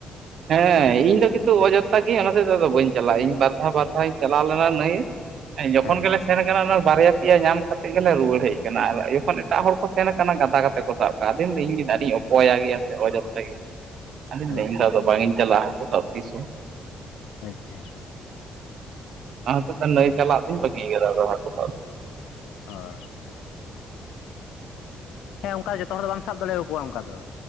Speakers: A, on the right; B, on the left.
A: ᱦᱮᱸ ᱤᱧ ᱫᱚ ᱠᱤᱱᱛᱩ ᱚᱡᱟᱛᱛᱟ ᱜᱤᱭᱟᱧ ᱚᱱᱟ ᱛᱮᱜ ᱫᱚ ᱟᱫᱚ ᱵᱟᱹᱧ ᱪᱟᱞᱟᱜᱼᱟ ᱾ ᱤᱧ ᱵᱟᱨ ᱫᱷᱟᱣ ᱵᱟᱨ ᱫᱷᱟᱣ ᱤᱧ ᱪᱟᱞᱟᱣ ᱞᱮᱱᱟ ᱱᱟᱹᱭ ᱮ ᱡᱚᱠᱷᱚᱱ
B: ᱦᱮᱸ
A: ᱜᱮᱞᱮ ᱥᱮᱱ ᱟᱠᱟᱱᱟ ᱚᱱᱟ ᱵᱟᱨᱭᱟ ᱯᱮᱭᱟ ᱧᱟᱢ ᱠᱟᱛᱮ ᱜᱮᱞᱮ ᱨᱩᱣᱟᱹᱲ ᱦᱮᱡ ᱟᱠᱟᱱᱟ, ᱟᱨ ᱡᱚᱠᱷᱚᱱ ᱮᱴᱟᱜ ᱦᱚᱲ ᱠᱚ ᱥᱮᱱ ᱟᱠᱟᱱᱟ ᱜᱟᱫᱟ ᱠᱟᱛᱮ ᱠᱚ ᱥᱟᱵ ᱟᱫᱮᱱ ᱫᱟᱧ ᱤᱧ ᱜᱮ ᱟᱰᱤᱧ ᱚᱯᱚᱭᱟ ᱜᱮᱭᱟ ᱥᱮ ᱚᱡᱟᱛᱛᱟ ᱜᱮᱭᱟ ᱾ ᱟᱹᱫᱚᱧ
B: ᱟᱪᱪᱷᱟ
A: ᱢᱮᱱᱫᱟ ᱟᱫᱚ ᱵᱟᱝ ᱤᱧ ᱪᱟᱞᱟᱜᱼᱟ ᱦᱟᱠᱳ ᱥᱟᱵᱽ ᱛᱤᱥ ᱦᱚᱸ ᱾
B: ᱟᱪᱪᱷᱟ ᱾
A: ᱚᱱᱟ ᱦᱚᱛᱮᱜ ᱛᱮ ᱱᱟᱹᱭ
B: ᱵᱮᱯᱟᱨ
A: ᱪᱟᱞᱟᱜ ᱫᱩᱧ ᱵᱟᱹᱜᱤᱭ ᱠᱟᱫᱟ ᱟᱫᱚ ᱦᱟᱠᱩ ᱥᱟᱵᱽ ᱾
B: ᱦᱮᱸ ᱾ ᱦᱮᱸ ᱚᱝᱠᱟ ᱡᱚᱛᱚ ᱦᱚᱲ ᱫᱚ ᱵᱟᱢ ᱥᱟᱵ ᱫᱟᱲᱮᱭᱟᱠᱚᱣᱟ ᱚᱝᱠᱟ ᱫᱚ